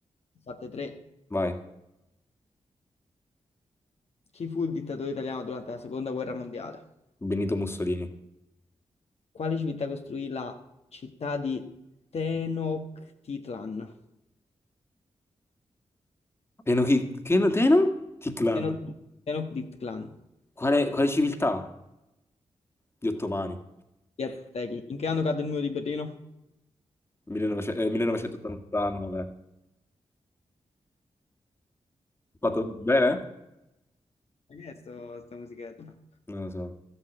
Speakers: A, on the left (about 60°); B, on the left (about 20°).
A: Fatte tre.
B: Vai.
A: Chi fu il dittatore italiano durante la seconda guerra mondiale?
B: Benito Mussolini.
A: Quale città costruì la città di Tenochtitlan?
B: Teno chi? Teno? Teno? Chiclan.
A: Tenoch- Tenochtitlan.
B: Quale, quale civiltà? Gli ottomani.
A: Gli Aztechi. In che anno cadde il muro di Berlino?
B: 1900 eh, 1989. Ho fatto bene?
A: Ma Che è sto, sta musichetta?
B: Non lo so.